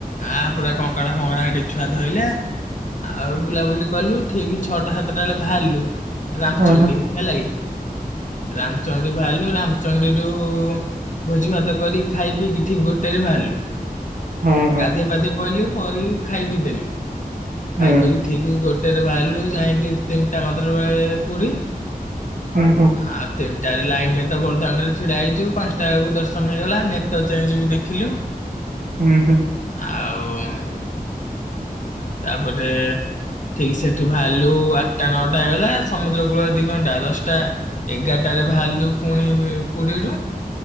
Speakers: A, on the left; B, on the right.
A: ଆ ପୁରା କଙ୍କଡ଼ା ଫଙ୍କଡ଼ା ସେଠିକ ଛୁଆ ଧୋଇଲେ ଆଉ ବୁଲାବୁଲି କଲୁ ଠିକ ଛଅଟା ସାତଟା ବେଳେ ବାହାରିଲୁ ରାମଚଣ୍ଡୀ
B: ହୁଁ ହୁଁ
A: ହେଲା କି ରାମଚଣ୍ଡୀ ବାହାରିଲୁ ରାମଚଣ୍ଡୀରୁ ଭୋଜି ଭାତ କରିକି ଖାଇ ପିଇକି ଠିକ ଗୋଟେରେ ବାହାରିଲୁ।
B: ହୁଁ ହୁଁ
A: ଗାଧୋଇ ପାଧି ପହିଲୁ ପର ଖାଇ ପି ଦେଲି ଖାଇ
B: ହୁଁ
A: ପିଇକି ଠିକ ଗୋଟେ ସେଠୁ ବାହାରିଲୁ ଯାଇକି ଟା ବେଳେ ପୁରୀ
B: ହୁଁ ହୁଁ ହୁଁ
A: ଆଉ ତିନିଟାରେ ଲାଇନରେ ତ ବର୍ଧମାନରେ ଛିଡା ହେଇଯିବ। ପାଞ୍ଚଟା ବେଳକୁ ଦର୍ଶନ ହେଇଗଲା ନେତ ଚେଞ୍ଜ ବି ଦେଖିଲୁ ପା
B: ହୁଁ ହୁଁ।
A: ଆଉ। ତାପରେ ଠିକ ସେଠୁ ବାହାରିଲୁ ଆଠଟା ନଅଟା ହେଇଗଲା ସମୁଦ୍ର କୂଳରେ ଦି ଘଣ୍ଟା ଦଶଟା ଏଗାରଟାରେ ବାହାରିଲୁ ପୁଣି ପୁରୀରୁ